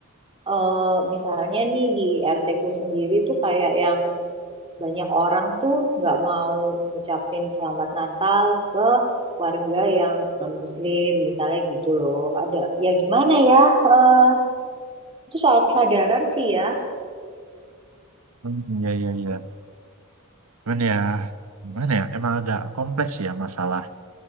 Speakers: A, on the right; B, on the right.
A: eh, misalnya nih di RT ku sendiri tuh kayak yang banyak orang tuh nggak mau ngucapin selamat Natal ke warga yang non-Muslim misalnya gitu loh. Ada ya gimana ya? eh, itu soal kesadaran sih ya.
B: Hmm, iya iya iya. Cuman ya gimana ya? Emang agak kompleks ya masalah.